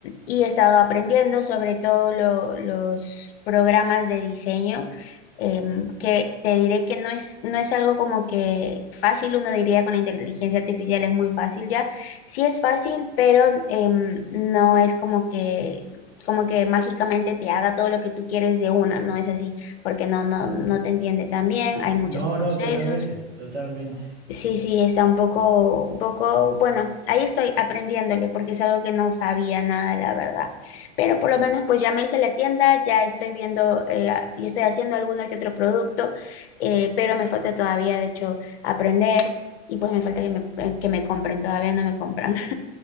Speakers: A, on the left (about 60°); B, on the right (about 75°).
A: y he estado aprendiendo sobre todo lo- los programas de diseño. em, que te diré que no es, no es algo como que fácil, uno diría con la inteligencia artificial es muy fácil ya, sí es fácil, pero em, no es como que, como que mágicamente te haga todo lo que tú quieres de una, no es así porque no, no, no te entiende tan bien, hay muchos
B: No,
A: procesos.
B: no, totalmente, totalmente.
A: Sí, sí, está un poco, un poco, bueno, ahí estoy aprendiéndole porque es algo que no sabía nada, la verdad. Pero por lo menos pues ya me hice la tienda, ya estoy viendo eh, a- y estoy haciendo alguno que otro producto, eh, pero me falta todavía, de hecho, aprender y pues me falta que me, eh, que me compren, todavía no me compran.